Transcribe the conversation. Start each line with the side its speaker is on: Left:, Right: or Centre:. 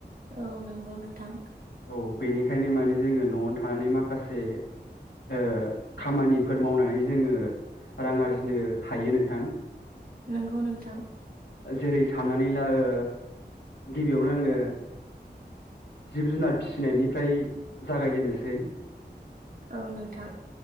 Right: औ नंगौ नोंथां।
Left: औ बेनिखायनो माने जोङो न'आवनो थानानै माखासे ओ खामानिफोर मावनानै जोङो रां आरजिनो हायो नोंथां।
Right: नंगौ नोंथां।
Left: जेरै साननानै ला ओ गिबियावनो आङो जिब जुनार फिसिनायनिफ्राय जागायजेनोसै सै।
Right: औ नोंथां।